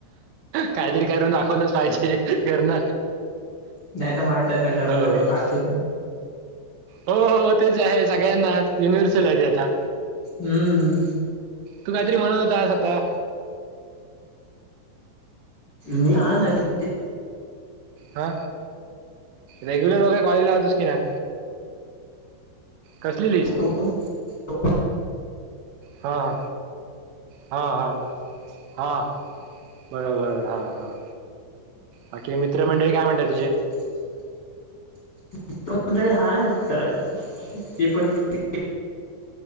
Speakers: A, on the right; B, on the left.
A: काहीतरी करून दाखवलंच पाहिजे. हे घरन,
B: नाही तर माहित आहे ना घरनं
A: हो हो.
B: कसे पाठवत
A: हो हो तेच आहे सगळ्यांनाच, युनिव्हर्सल आहे ते आता.
B: हंम्म.
A: तू काहीतरी म्हणत होतास आता.
B: मी हां ते
A: हा, रेग्युलर वगैरे कॉलेजला होतास की नाही. कसली लिस्ट?
B: <inaudible>
A: हा हा. हां हां, हां, बरोबर बरोबर हां हां. बाकी मित्र मंडळी काय म्हणत्यात?
B: <unintelligible> काय, ते पण <unintelligible>